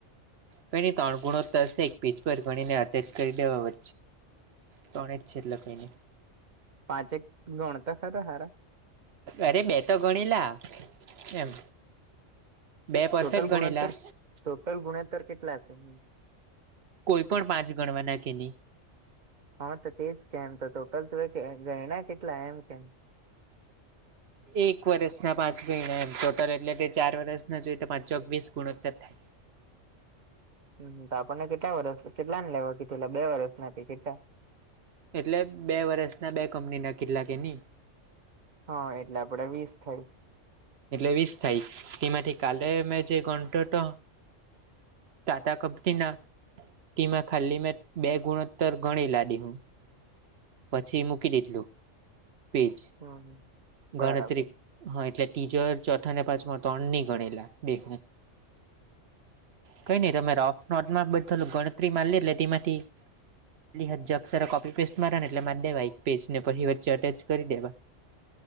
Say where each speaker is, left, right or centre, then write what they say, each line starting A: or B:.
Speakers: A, on the right; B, on the right.
A: કઈ ની ત્રણ ગુણોત્તર છે‌ એક પેજ ઉપર ગણીને વચ્ચે અટેચ કરી દેવા. ત્રણ જ છે એટલે કંઈ નહીં.
B: પાંચેક ગણ તો ખરા હારા.
A: અરે બે તો ગણે લા એમ. બે પરફેક્ટ
B: ટોટલ
A: ગણેલા
B: ગુણ્યાત્તર ટોટલ ગુણાત્તર કેટલા હતા
A: કોઈ પણ પાંચ ગણવા ના કે નહી
B: હા તો તેજ કેમ તો ટોટલ તે ગરણા કેટલા એમ કેમ
A: એક વર્ષ ના પાંચ ગયણા એમ ટોટલ એટલે ચાર વર્ષ ના જોઈ તો પાંચચોગવીસ ગુણવત્તા થાય
B: હમ તો આપણને કેટલા વર્સ જેટલા ને લેવા કીધલા બે વરસ નથી કેટલા
A: એટલે બે વરષ ના બે કંપની ના કેટલા કે નહી
B: હા એટલે આપડે વીસ થાય
A: એટલે વીસ થાય તેમાંથી કાલે મેમ જે ઘંટો તો ટાટા કંપની ના ટીમાં ખાલી મેં બે ગુણોત્તર ગણી લાડી હું પછી મૂકી દીધેલું પેજ
B: હમ બરાબર
A: ગણતરી હા એટલે તીજો ચોઠા ને પાંચમા ત્રણ ની ગણેલા બેેહું કઈ નઈ તમે રફ નોટમાં બધુ ગણતરી મા એટલે તેમાંથી એ હજ અક્ષર કોપી પેસ્ટ માારને એટલે મા દેવા એક પેજ ને પછી વચ્ચે અટેચ કરી દેવા